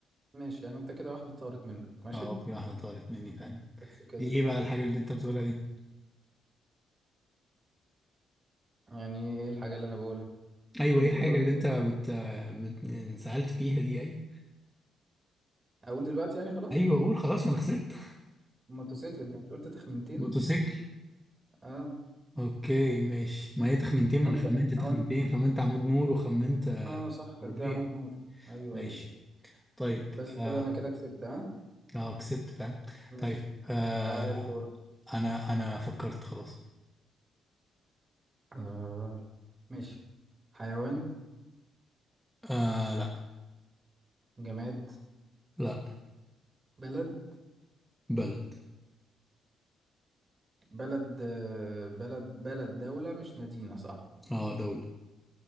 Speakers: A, on the right; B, in the centre.
A: ماشي يعني انت كده واحدة طارت منك ماشي
B: اه في واحدة طارت مني فعلا
A: بس كده
B: دي ايه بقى الحاجة اللي انت بتقولها دي
A: يعني ايه الحاجة اللي انا بقولها
B: ايوه
A: المفروض
B: ايه الحاجة
A: اقول
B: اللي انت بت... بت... يعني سألت فيها دي ايوه
A: أقول دلوقتي يعني خلاص
B: ايوه قول خلاص ما انا خسرت
A: موتوسيكل انت مش قلت تخمينتين
B: موتوسيكل
A: اه
B: اوكي ماشي ما هي تخمنتين ما
A: وانت
B: انا خمنت تخمنتين
A: او انت
B: خمنت عمود نور وخمنت آه،
A: اه صح كان
B: عربية
A: في عمود نور ايوه
B: ماشي
A: ايوه أيوة.
B: طيب
A: بس كده
B: اه
A: انا كده كسبت ها
B: اه كسبت فعلا
A: ماشي
B: طيب آه
A: تعالى لي دورك
B: انا انا فكرت خلاص
A: آه ماشي حيوان
B: آه لا
A: جماد
B: لا
A: بلد
B: بلد
A: بلد آه، بلد بلد دولة مش مدينة صح
B: اه دولة